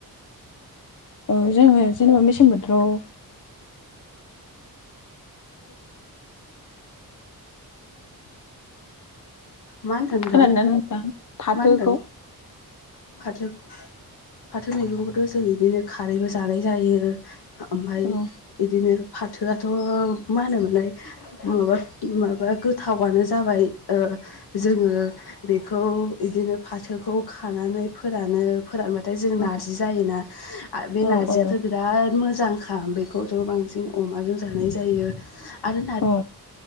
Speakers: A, on the left; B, on the left.
A: औ जोङो जेनेबा मेसें बोथोराव
B: मा होनदों नोंथां
A: खोनादोंना नोंथां फाथोखौ
B: मा होनदों फाथो फाथो मैगंखौथ' जों बिदिनो खारैबो जानाय जायो ओमफ्राय
A: औ
B: बिदिनो फाथोआथ' मा होनोमोनलाय माबा माबा गोथावानो जाबाय जोङो बेखौ बिदिनो फाथोखौ खानानै फोरानो फोरानबाथाय जों नारजि
A: औ
B: जायोना बे
A: औ
B: नारजियाथ'
A: औ
B: बिराद मोजां मोजांखा बेखौथ <unintelligible> जों अमाजों जानाय जायो आरो
A: औ